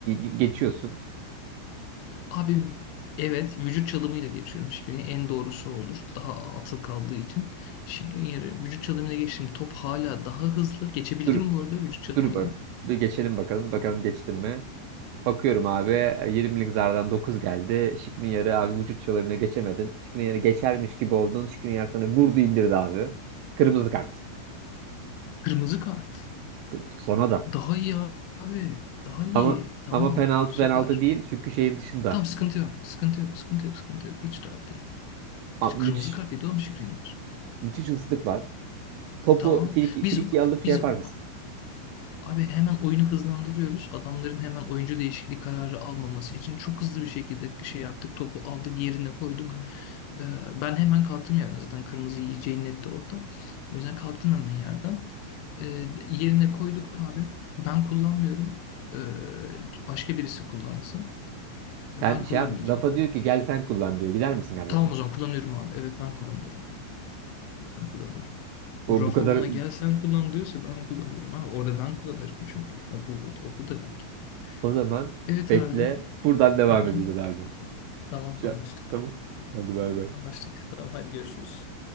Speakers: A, on the right (about 80°); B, on the left (about 80°).
A: geçiyorsun.
B: Abi evet vücut çalımıyla geçiyorum Şikrinya'ya. En doğrusu olur. Daha atıl kaldığı için. Şikrinya'yı vücut çalımıyla geçtim. Top hala daha hızlı. Geçebildim
A: Dur
B: bu arada vücut çalımıyla.
A: Dur bak. Bir geçelim bakalım. Bakalım geçtim mi? Bakıyorum abi 20'lik zardan 9 geldi. Şikniyar'ı abi vücut çalımına geçemedin. Şikniyar'ı geçermiş gibi oldun. Şikniyar sana vurdu indirdi abi. Kırmızı kart.
B: Kırmızı kart.
A: K- Son adam.
B: Daha iyi abi. Daha iyi.
A: Ama
B: Tamam.
A: ama penaltı
B: Süper.
A: penaltı değil çünkü şeyin dışında.
B: Tamam sıkıntı yok. Sıkıntı yok. Sıkıntı yok. Sıkıntı yok. Hiç dert değil.
A: Abi,
B: Hiç kırmızı
A: müthiş
B: kart yedi oğlum Şikrinyar.
A: müthiş ıslık var. Topu
B: Tamam.
A: friki,
B: Biz
A: frikiye alıp şey
B: biz
A: yapar
B: o
A: mısın?
B: Abi hemen oyunu hızlandırıyoruz. Adamların hemen oyuncu değişikliği kararı almaması için çok hızlı bir şekilde şey yaptık. Topu aldık yerine koyduk. Ee, ben hemen kalktım yerden. Zaten kırmızı yiyeceği netti orada. O yüzden kalktım hemen yerden. Ee, yerine koyduk abi. Ben kullanmıyorum. Ee, başka birisi kullansın. Ee,
A: Sen
B: Ben
A: şey
B: kullanmayacağım.
A: yap, Rafa diyor ki gel sen kullan diyor. Gider misin kardeşim?
B: Tamam o zaman kullanıyorum abi. Evet ben kullanıyorum. Ben kullanıyorum.
A: O
B: Bu Rafa
A: bu kadar
B: bana gel sen kullan diyorsa ben kullanıyorum abi. Orada ben kullanırım çünkü. Ama bu, o bu demek. yani.
A: o zaman
B: Evet
A: bekle.
B: abi.
A: Buradan devam
B: Hı hı.
A: edeceğiz abi.
B: Tamam
A: Ya,
B: anlaştık.
A: tamam. Hadi bay bay.
B: Anlaştık. <laughs> Tamam hadi görüşürüz.